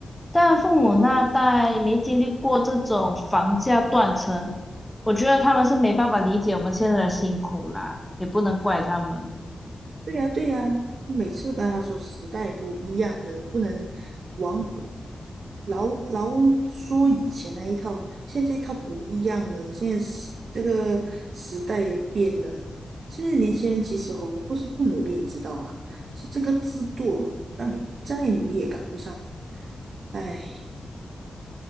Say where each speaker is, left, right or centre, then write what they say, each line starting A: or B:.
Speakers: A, in the centre; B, on the right (about 65°).
A: 但父母那代没经历过这种房价断层，我觉得他们是没办法理解我们现在的辛苦啦，也不能怪他们。
B: 对呀，对呀，我每次跟他说时代不一样了，不能往老老说以前那一套，现在这一套不一样了，现在时这个时代也变了。现在年轻人其实哦，不是不努力，你知道吗？是这个制度哦让你再努力也赶不上。哎。